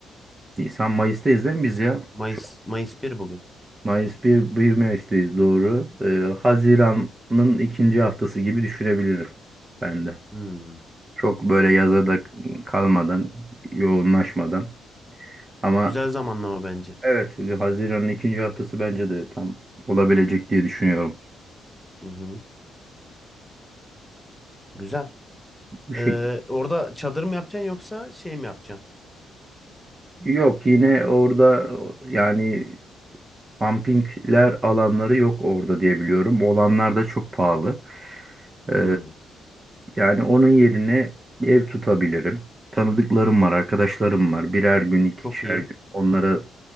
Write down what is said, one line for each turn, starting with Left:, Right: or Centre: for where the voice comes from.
Right: Nisan Mayıs'tayız değil mi biz ya?
Centre: Mayıs
Right: Şu an
Centre: Mayıs bir bugün.
Right: Mayıs bir bir Mayıs'tayız doğru. Ee, Haziran'ın ikinci haftası gibi düşünebilirim ben de.
Centre: Hmm.
Right: Çok böyle yaza da kalmadan, yoğunlaşmadan. Ama
Centre: Güzel zamanlama bence.
Right: evet Haziran'ın ikinci haftası bence de tam olabilecek diye düşünüyorum.
Centre: Hı hı. Güzel.
Right: Bu şekilde.
Centre: Ee, orada çadır mı yapacaksın yoksa şey mi yapacaksın?
Right: Yok yine orada yani pumpingler alanları yok orada diye biliyorum. Olanlar da çok pahalı.
Centre: Hmm.
Right: Ee, yani onun yerine ev tutabilirim. Tanıdıklarım var, arkadaşlarım var. Birer gün, ikişer
Centre: Çok iyi.
Right: gün onlara